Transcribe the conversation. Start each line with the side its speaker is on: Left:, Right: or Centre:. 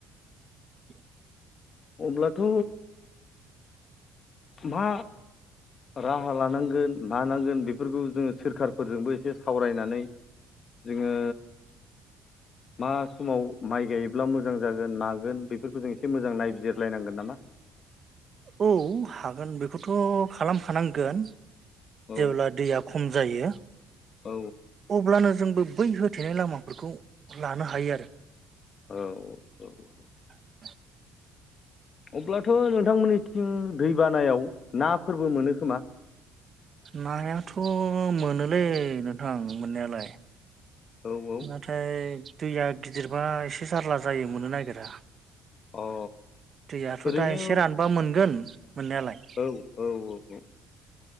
Right: <unintelligible>
Left: अब्लाथ' मा राहा लानांगोन मानांगोन बेफोरखौ जोङो सोरखारफोरजोंबो एसे सावरायनानै जोङो मा समाव माइ गायोब्ला मोजां जागोन मागोन बेफोरखौ जों एसे मोजां नायबिजिरलायनांगोन नामा? औ
Right: औ हागोन बेखौथ' खालामखानांगोन।
Left: औ
Right: जेब्ला दैया खम जायो
Left: औ
Right: अब्लानो जोंबो बै होथेनाय लामाफोरखौ लानो हायो आरो।
Left: औ औ।
Right: <inaudible>
Left: अब्लाथ' नोंथांमोननिथिं दैबानायाव नाफोरबो मोनो खोमा
Right: नायाथ' मोनोलै नोंथां मोननायालाय।
Left: औ औ
Right: नाथाय दैया गिदिरबा एसे जारला जायो मोननो नागिरा।
Left: अ
Right: दैयाथ'
Left: ओरैनो
Right: दा एसे रानबा मोनगोन मोननायालाय।
Left: औ औ औ